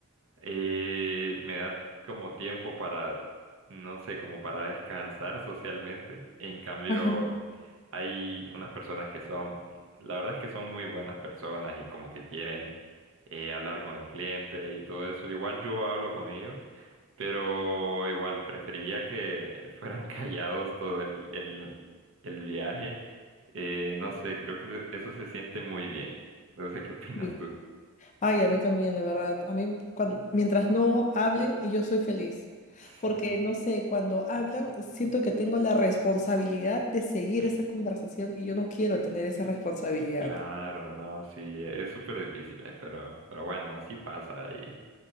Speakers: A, on the right; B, on the left.
A: eh, me da como tiempo para, no sé, como para descansar socialmente. En cambio,
B: Ajá.
A: hay unas personas que son, la verdad es que son muy buenas personas y como que quieren eh, hablar con el cliente y todo eso. Igual yo hablo con ellos, pero igual preferiría que fueran <laughs> callados todo el, el, el viaje. Eh, no sé, creo que eso eso se siente muy bien. No sé qué opinas
B: sí.
A: tú.
B: Ay, a mí también, de verdad. A mí, cuan- mientras no hablen, yo soy feliz.
A: Sí.
B: Porque, no sé, cuando hablan, siento que tengo la responsabilidad de seguir
A: Ujú.
B: esa conversación y yo no quiero tener esa responsabilidad.
A: Claro, no, sí, e, es súper difícil, eh, pero, pero bueno, así pasa y